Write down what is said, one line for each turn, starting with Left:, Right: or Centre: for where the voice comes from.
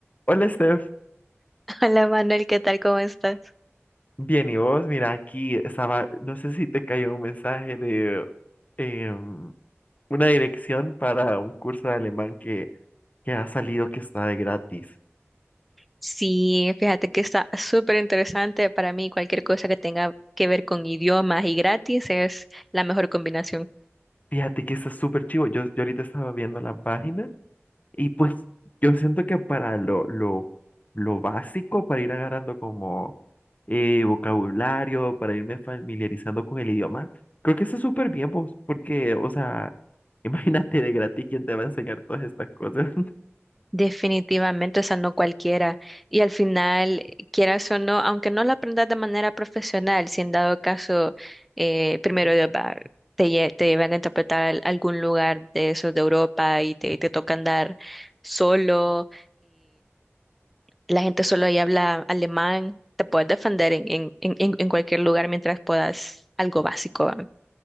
Left: Hola Steph,
Centre: Hola Manuel, ¿qué tal? ¿Cómo estás?
Left: bien, ¿y vos? Mira, aquí estaba, no sé si te cayó un mensaje de em, una dirección para un curso de alemán que, que ha salido que está de gratis.
Centre: Sí, fíjate que está súper interesante para mí. Cualquier cosa que tenga que ver con idiomas y gratis es la mejor combinación.
Left: Fíjate que está súper chivo. Yo, yo ahorita estaba viendo la página y pues yo siento que para lo, lo, lo básico, para ir agarrando como eh, vocabulario, para irme familiarizando con el idioma, creo que está súper bien vos, porque, o sea, <laughs> imagínate de gratis quién te va a enseñar todas estas cosas. <laughs>
Centre: Definitivamente, o sea, no cualquiera. Y al final, quieras o no, aunque no lo aprendas de manera profesional, si en dado caso, eh, primero Dios va, te, lle- te llevan a interpretar al- algún lugar de esos de Europa y te, te toca andar solo La gente solo ahí habla alemán. Te puedes defender en, en, en, en- en cualquier lugar mientras puedas algo básico. ¿va?